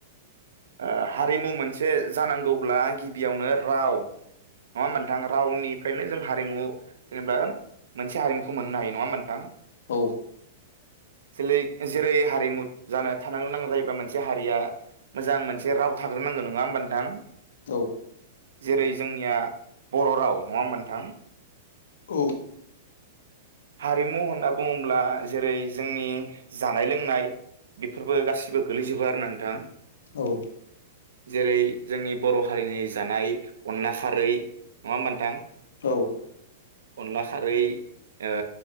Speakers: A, on the right; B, on the left.
A: ओ हारिमु मोनसे जानांगौब्ला गिबियावनो राव नङा होनबा नोंथां रावनिफ्रायनो जों हारिमु जेनेबा मोनसे हारिमुखौ मोननो हायो नङा होनबा नोंथां।
B: औ
A: जोलै जेरै हारिमु जानो थानो गोनां जायोबा मोनसे हारिया मोजां मोनसे राव थाग्रोनांगौ नङा होमबा नोंथां।
B: औ
A: जेरै जोंनिया बर' राव नङा होनबा नोंथां ।
B: औ
A: हारिमु होनना बुङोब्ला जेरै- जोंनि जानाय लोंनाय बेफोरबो गासिबो गोलैजोबो आरो नोंथां।
B: औ
A: जेरै- जोंनि बर' हारिनि जानाय अनला खारै नङा होनबा नोंथां।
B: औ
A: अनला खारै ओ